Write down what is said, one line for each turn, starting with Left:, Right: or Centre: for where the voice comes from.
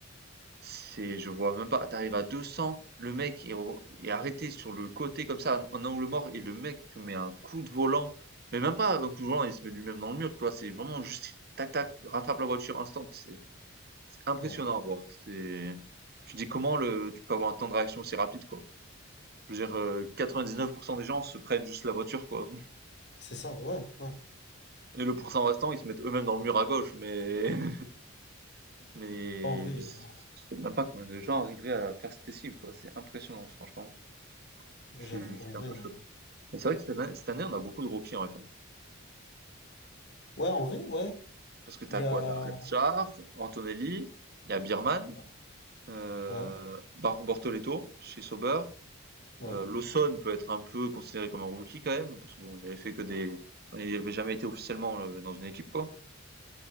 Right: c'est je vois même pas. t'arrives arrives à 200, le mec est re est arrêté sur le côté comme ça, en en angle mort et le mec te met un coup de volant, mais même pas un coup de volant, il se met lui-même dans le mur, tu vois? C'est vraiment juste tac tac, rattrape la voiture instant, c'est C'est impressionnant
Left: ouais.
Right: à voir. C'est tu dis comment le tu peux avoir un temps de réaction aussi rapide, quoi. Je veux dire, heu, 99 des gens se prennent juste la voiture, quoi
Left: C'est ça, ouais, ouais,
Right: et le pourcent
Left: ouais.
Right: restant, ils se mettent eux-mêmes dans le mur à gauche, mais <laughs> mais
Left: En vrai,
Right: je
Left: ouais.
Right: sais même pas combien de gens arriveraient à faire cette cible quoi. C'est impressionnant, franchement.
Left: Ouais,
Right: Je suis
Left: J'avoue,
Right: je
Left: en
Right: suis
Left: vrai,
Right: un peu
Left: ouais.
Right: choqué. Mais c'est vrai que cette année cette année, on a beaucoup de rookies en F1.
Left: Ouais, en vrai, ouais.
Right: Parce que t'as
Left: Il y
Right: quoi?
Left: a...
Right: T'as as Hadjar, Antonelli, il y a Beerman,
Left: Ouais,
Right: heu,
Left: ouais.
Right: Bar Bortoleto chez Sauber.
Left: ouais.
Right: Euh, Lawson peut être un peu considéré comme un rookie quand même, parce qu'il n'avait fait que des. enfin, il n'avait jamais été officiellement euh, dans une équipe, quoi.